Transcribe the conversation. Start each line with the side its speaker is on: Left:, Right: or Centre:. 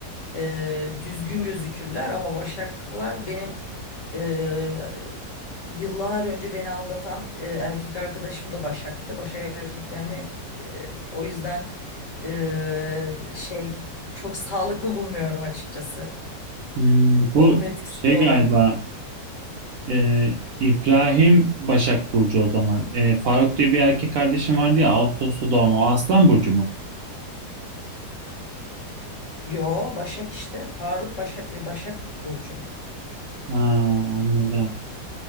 Left: e, düzgün gözükürler ama başaklar benim e, yıllar önce beni aldatan e, erkek arkadaşım da başaktı. Başak erkeklerini e, o yüzden e, şey çok sağlıklı bulmuyorum açıkçası.
Right: Hmm, bu
Left: Onun etkisi
Right: şey
Left: de olabilir.
Right: galiba e, İbrahim Başak Burcu o zaman. E, Faruk diye bir erkek kardeşim vardı ya Ağustos'ta doğan o Aslan Burcu mu?
Left: Yo Başak işte Faruk Başak, e, Başak Burcu.
Right: Ha, anladım.